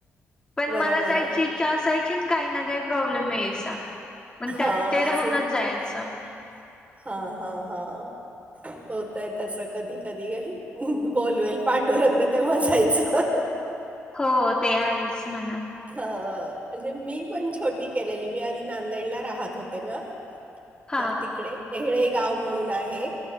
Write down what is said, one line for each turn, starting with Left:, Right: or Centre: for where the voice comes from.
Left: पण
Right: बरोबर
Left: मला जायची
Right: आहे.
Left: इच्छा असायची, काही ना, काही प्रॉब्लेम यायचा. मग त्यात
Right: हा पण
Left: ते
Right: अजून
Left: राहूनच जायचं.
Right: जायचं. हा. हा. हा. होतय तसं, कधी-कधी बोलवेल पांडुरंग तेव्हा जाायचं.
Left: हो, ते आहेच म्हणा
Right: हा, म्हणजे मी पण छोटी केलेली, मी आधी नांदेडला राहत होतो ना.
Left: हा
Right: तर तिकडे, एहळे गाव म्हणून आहे.